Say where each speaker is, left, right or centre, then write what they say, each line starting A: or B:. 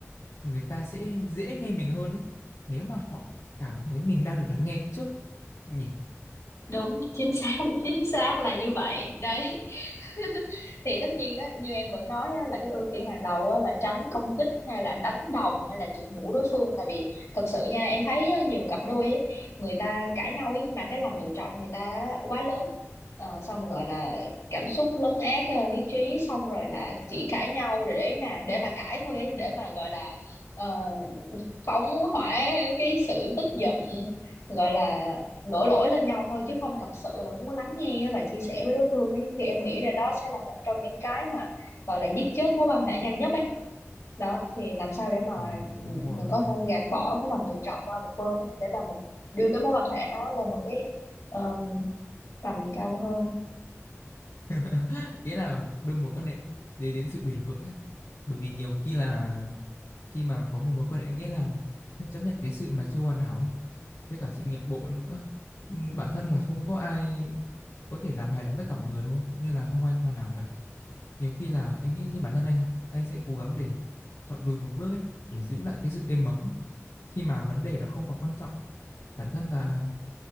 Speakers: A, on the left; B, on the left.
A: người ta sẽ dễ nghe mình hơn ấy nếu mà họ cảm thấy mình đang được lắng nghe trước nhỉ
B: đúng chính xác <laughs> chính xác là như vậy đấy <laughs> thì tất nhiên đó như em vẫn nói á, là cái ưu tiên hàng đầu á, là tránh công kích hay là đánh đồng hay là chụp mũ đối phương tại vì thật sự nha em thấy á, nhiều cặp đôi ấy, người ta cãi nhau ấy mà cái lòng tự trọng người ta quá lớn Ờ, xong rồi gọi là cảm xúc lấn át ờ, lý trí xong rồi là chỉ cãi nhau để, để mà để mà cãi thôi ấy để mà gọi là ờ, phóng hỏa cái sự tức giận gọi là đổ lỗi lên nhau thôi chứ không thật sự là muốn lắng nghe và chia sẻ với đối phương ấy thì em nghĩ là đó sẽ là một trong những cái mà gọi là giết chết mối quan hệ nhanh nhất ấy đó thì làm sao để mà
A: Ừ,
B: ừ,
A: đúng rồi,
B: mình
A: đúng
B: có
A: rồi.
B: thể gạt bỏ cái lòng tự trọng qua một bên ấy, để mà mình đưa cái mối quan hệ nó lên một cái ờ, tầm cao hơn
A: <laughs> ý là đưa mối quan hệ để đến sự bền vững á bởi vì nhiều khi là khi mà có một mối quan hệ nghĩa là phải chấp nhận cái sự mà chưa hoàn hảo ấy với cả sự nhượng bộ nữa Ừm, bản thân là không có ai có thể làm hài lòng tất cả mọi người đúng không cũng như là không ai hoàn hảo cả nhiều khi là anh nghĩ như bản thân anh à, anh sẽ cố gắng để chọn lùi một bước ấy để giữ lại cái sự êm ấm khi mà vấn đề nó không quá quan trọng bản thân là